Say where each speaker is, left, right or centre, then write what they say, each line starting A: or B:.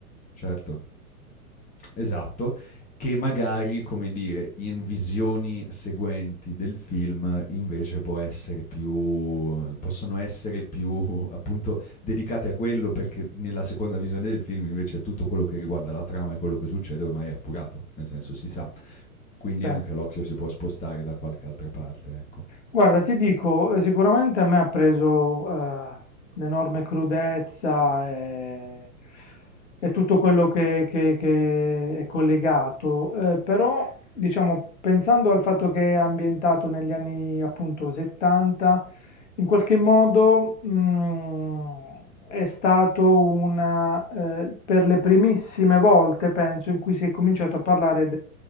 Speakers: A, on the left (about 15°); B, on the left (about 50°).
A: certo. Esatto, che magari, come dire, in visioni seguenti del film invece può essere più possono essere più <laughs> appunto dedicate a quello perché nella seconda visione del film invece tutto quello che riguarda la trama e quello che succede ormai è appurato, nel senso si sa. Quindi
B: Sì.
A: anche l'occhio si può spostare da qualche altra parte, ecco.
B: Guarda, ti dico, eh, sicuramente a me ha preso eh, l'enorme crudezza e, e tutto quello che, che- che è collegato, eh, però diciamo, pensando al fatto che è ambientato negli anni appunto 70, in qualche modo mm, è stato una, eh, per le primissime volte, penso, in cui si è cominciato a parlare